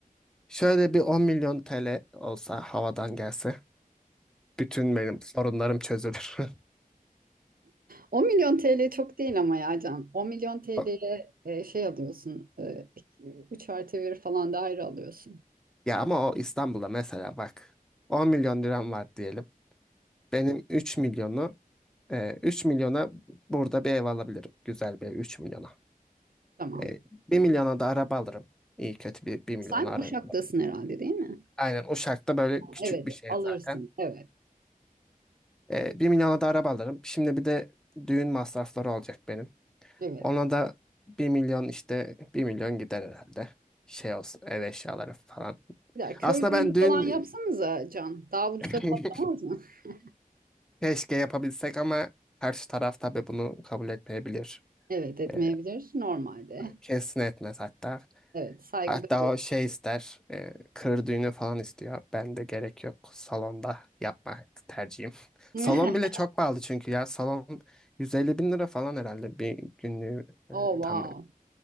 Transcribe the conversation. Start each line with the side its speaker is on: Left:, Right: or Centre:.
Centre: Şöyle bir 10 milyon TL olsa havadan gelse bütün benim sorunlarım çözülür. <laughs>
Right: 10 milyon TL çok değil ama ya Can. 10 milyon TL'ye
Centre: O-
Right: e, şey alıyorsun. E, 3 artı 1 falan daire alıyorsun.
Centre: Ya ama o İstanbul'da mesela bak 10 milyon liram var diyelim. Benim 3 milyonu Ee, 3 milyona burada bir ev alabilirim. Güzel bir ev 3 milyona.
Right: Tamam.
Centre: Ee, 1 milyona da araba alırım. İyi kötü bir 1 milyona
Right: Sen
Centre: araba.
Right: Uşak'tasın herhalde değil mi?
Centre: Aynen Uşak'ta böyle küçük
Right: Evet
Centre: bir şehir
Right: alırsın.
Centre: zaten.
Right: Evet.
Centre: Ee, 1 milyona da araba alırım. Şimdi bir de düğün masrafları olacak benim.
Right: Evet.
Centre: Ona da 1 milyon işte 1 milyon gider herhalde. Şey olsun ev eşyaları falan.
Right: Gider. Köy
Centre: Aslında
Right: düğünü
Centre: ben düğün
Right: falan yapsanıza Can. Daha ucuza
Centre: <laughs>
Right: patlamaz mı? <laughs>
Centre: keşke yapabilsek ama karşı taraf tabii bunu kabul etmeyebilir.
Right: Evet etmeyebilir
Centre: Ee,
Right: normalde.
Centre: kesin etmez hatta.
Right: Evet saygı
Centre: Hatta
Right: duyuyor.
Centre: o şey ister, e, kır düğünü falan istiyor. Ben de gerek yok. Salonda yapmak tercihim. <laughs>
Right: <laughs>
Centre: Salon bile çok pahalı çünkü ya. Salon 150 bin lira falan herhalde bir günlüğü e,
Right: Oh wow.
Centre: tam